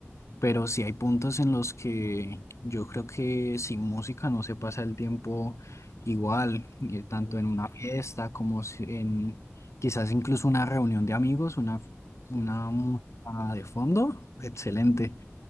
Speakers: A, on the left; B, on the left.
A: pero sí hay puntos en los que yo creo que sin música no se pasa el tiempo igual, y tanto
B: Sí,
A: en una fiesta como si- en quizás incluso una reunión de amigos, una,
B: sí,
A: una
B: sí.
A: música de fondo, excelente.